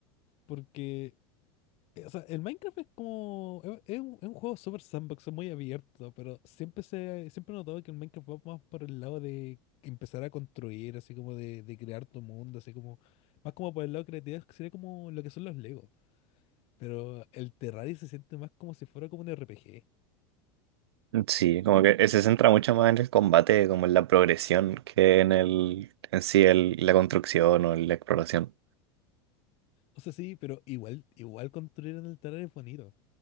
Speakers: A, on the left (about 50°); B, on the right (about 90°).
A: porque, eh, o sea, el Minecraft es como, es, es un, es un juego super sandbox, es muy abierto, pero siempre se, siempre he notado que el Minecraft va más por el lado de empezar a construir, así como de, de crear tu mundo, así como, más como por el lado creativo, que sería como lo que son los Legos. Pero el Terraria se siente más como si fuera como un RPG.
B: Sí, como que se centra mucho más en el combate, como en la progresión, que en el, en sí el- la construcción o en la exploración.
A: O sea, sí, pero igual, igual construir en el Terraria es bonito.